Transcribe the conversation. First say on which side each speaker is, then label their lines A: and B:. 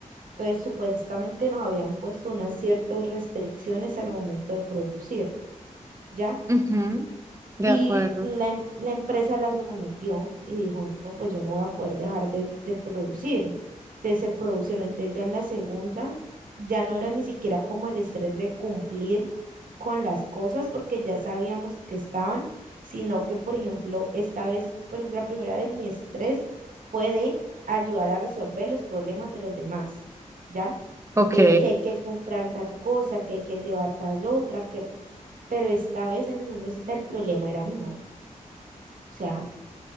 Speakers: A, on the right; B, on the right.
A: Entonces, supuestamente nos habían puesto unas ciertas restricciones al momento de producir, ¿ya?
B: ujú, de
A: Y
B: acuerdo.
A: la, em- la empresa las omitió y dijo, no, pues yo no voy a poder dejar de, de producir. Entonces se produjeron, entonces ya en la segunda ya no era ni siquiera como el estrés de cumplir con las cosas porque ya sabíamos que estaban, sino que, por ejemplo, esta vez, por ejemplo, la primera vez mi estrés puede ayudar a resolver los problemas de los demás, ¿ya?
B: Ok.
A: eh, que hay que comprar tal cosa, que hay que llevar tal otra, que... pero esta vez en la segunda cita el problema era mío. O sea,